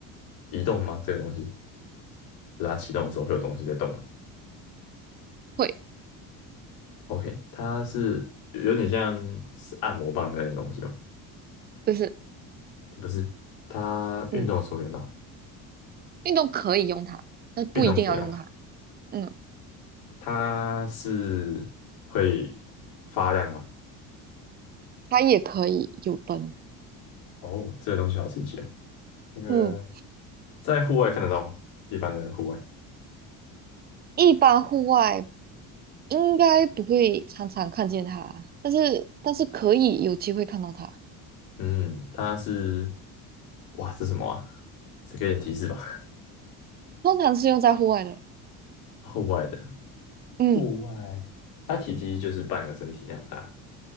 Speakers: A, on the left; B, on the right.
A: 移动吗？这个东西，就是它启动的时候会有东西在动吗
B: 会，
A: ？OK，它是有有点像是按摩棒那类的东西吗？
B: 就是
A: 不是，它运动的时候会用到，
B: 嗯。运动可以用它，但不一定要用它。
A: 运动可以用它。
B: 嗯，
A: 它是会发亮吗？
B: 它也可以有灯。
A: 哦，这个东西好神奇啊！那个
B: 嗯，
A: 在户外看得到吗？一般的户外，
B: 一般户外应该不会常常看见它，但是但是可以有机会看到它。
A: 嗯，它是，哇，这是什么啊？再给点提示吧。
B: 通常是用在户外的。
A: <laughs> 户外的，
B: 嗯，
A: 户外，它体积就是半个身体那样大，